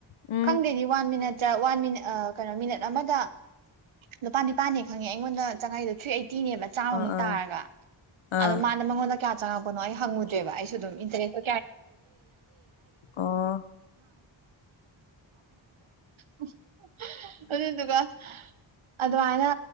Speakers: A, on the left (about 80°); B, on the right (about 80°).
A: ꯎꯝ
B: ꯈꯪꯗꯦꯗꯤ ꯋꯥꯟ ꯃꯤꯅꯠ꯫ ꯇ ꯋꯥꯟ ꯃꯤꯟ ꯀꯩꯅꯣ ꯃꯤꯅꯠ ꯑꯃꯗ ꯂꯨꯄꯥ ꯅꯤꯄꯥꯜꯅꯦ ꯈꯪꯉꯦ ꯑꯩꯉꯣꯟꯗ ꯆꯪꯉ ꯏꯗꯣ ꯊ꯭ꯔꯤ ꯑꯩꯠꯇꯤꯅꯦꯕ ꯆꯥꯝꯃꯨꯛ
A: ꯑꯥ ꯑꯥ
B: ꯇꯥꯔꯒ꯫
A: ꯑꯥ
B: ꯑꯗꯣ ꯃꯥꯅ ꯃꯉꯣꯟꯗ ꯀꯌꯥ ꯆꯪꯉꯛꯄꯅꯣ ꯑꯩ ꯍꯪꯉꯨꯗꯦꯕ ꯑꯩꯁꯨ ꯑꯗꯨꯝ ꯏꯟꯇꯔꯦꯁ
A: ꯑꯣ
B: <unintelligible> ꯑꯗꯨꯗꯨꯒ ꯑꯗꯨꯃꯥꯏꯅ